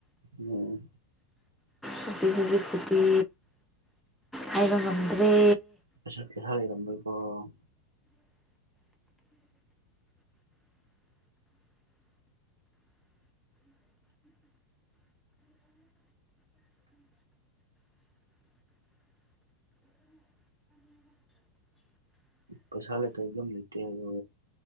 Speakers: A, on the right; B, in the centre.
A: ꯑꯣ
B: ꯍꯧꯖꯤꯛ ꯍꯧꯖꯤꯛꯄꯨꯗꯤ ꯍꯥꯏꯕ ꯉꯝꯗ꯭ꯔꯦ
A: <unintelligible> ꯍꯥꯢꯔꯝꯔꯣꯢꯀꯣ ꯄꯩꯁꯥ ꯂꯩꯇꯦ ꯌꯨꯝ ꯂꯩꯇꯦ ꯍꯥꯢꯌꯣ